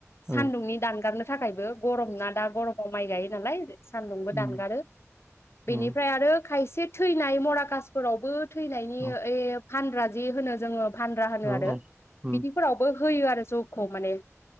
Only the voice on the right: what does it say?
औ
उम
उम
औ
औ
औ उम